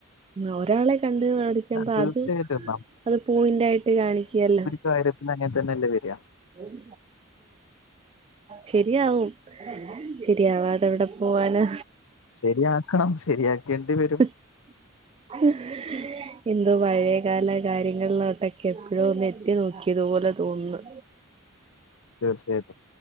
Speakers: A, on the right; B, on the left.
A: നോരാളെ കണ്ട് പഠിക്ക്പ
B: തീർച്ചയായിട്ടും
A: അത് അത് പോയിന്റ് ആയിട്ട് കാണിക്കുകല്ലോ
B: കാര്യത്തി അങ്ങൻതന്നെല്ലേ വര് അ
A: ഉം ശരിയാവും ശരിയാവാതെ അഹ് എവിടെ പോകനാ
B: ശെരിയാക്കണം, ശെരിയാക്കേണ്ടി വരും.
A: <unintelligible> എന്തോ പഴയകാല കാര്യങ്ങളിലോട്ടൊക്കെ എപ്പോഴോന്ന് എത്തി നോക്കിയതുപോലെ തോന്നുന്ന്.
B: തീർച്ചയായിട്ടും